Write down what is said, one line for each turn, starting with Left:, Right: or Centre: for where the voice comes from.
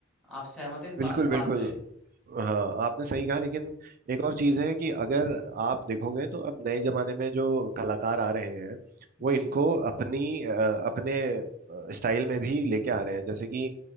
Centre: आप सहमत हैं इन बा,
Right: बिल्कुल
Centre: इस
Right: बिल्कुल
Centre: बात से
Right: हाँ आपने सही कहा लेकिन एक और चीज़ है कि अगर आप देखोगे तो अब नए जमाने में जो कलाकार आ रहे हैं वो
Centre: जी
Right: इनको अपनी अ, अपने स्टाइल में भी लेके आ रहे हैं जैसे कि